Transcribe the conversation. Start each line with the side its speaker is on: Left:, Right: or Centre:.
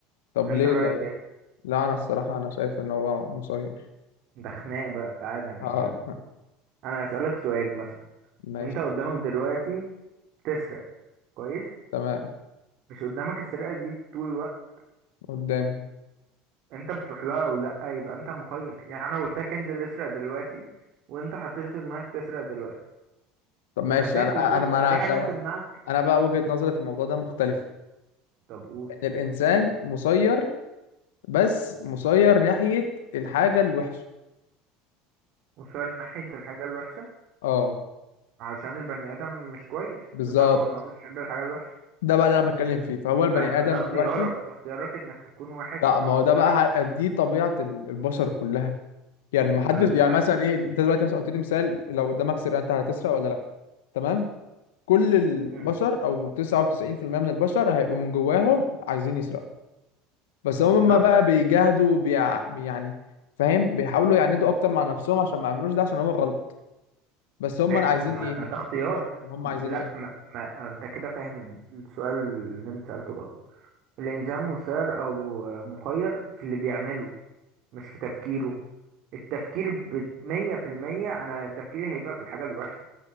Left: طب
Right: انت
Left: ليه
Right: رايك
Left: طيب
Right: ايه
Left: لا انا الصراحه انا شايف ان هو مسير
Right: ده خناق بقى تعالى نتكلم
Left: اه
Right: انا هسألك سؤال مثلا
Left: ماشي
Right: انت قدامك دلوقتي تسرق كويس
Left: تمام
Right: مش قدامك السرقة دي طول الوقت
Left: قدامي
Right: انت بتروح لها او لا يبقى انت مخير يعني انا قلت لك انزل اسرق دلوقتي وانت حطيت في دماغك تسرق دلوقتي
Left: طب ماشي
Right: هتنزل
Left: انا
Right: تسرق
Left: انا ما انا
Right: في حاجة هتمنعك
Left: انا بقى وجهة نظري في الموضوع ده مختلفه
Right: طب قول
Left: ان الانسان مسير بس مسير ناحيه الحاجه الوحشه
Right: وشار ناحية الحاجة الوحشة
Left: اه
Right: عشان البني آدم مش كويس
Left: بالظبط
Right: بطبعه ان هو بيحب الحاجة الوحشة
Left: ده بقى اللي انا بتكلم فيه فهو البني
Right: ما, ما
Left: ادم
Right: ده اختيارك
Left: دلوقتي
Right: اختيارك انك تكون وحش
Left: لا
Right: او
Left: ما هو
Right: اختيارك
Left: ده بقى ه- دي طبيعه ال- البشر كلها يعني
Right: لا
Left: ما حدش يعني مثلا ايه انت دلوقتي مثلا قلت لي مثال لو قدامك سرقه انت هتسرق ولا لا تمام كل البشر
Right: مم.
Left: او 99% من البشر هيبقوا من جواهم عايزين يسرقوا بس هم
Right: بالظبط
Left: بقى بيجاهدوا بيع... يعني فاهم بيحاولوا يعندوا اكتر مع نفسهم عشان ما يعملوش ده عشان هو غلط بس هم
Right: ما,
Left: عايزين
Right: طب ما,
Left: ايه
Right: ما ده اختيار
Left: هم اللي هم
Right: لا
Left: عايزينه ايه
Right: ما, ما انت كده فاهم السؤال اللي انت سألته غلط الانسان مسير او مخير في اللي بيعمله مش في تفكيره التفكير بمية في المية انا تفكيري هيبقى في الحاجة الوحشة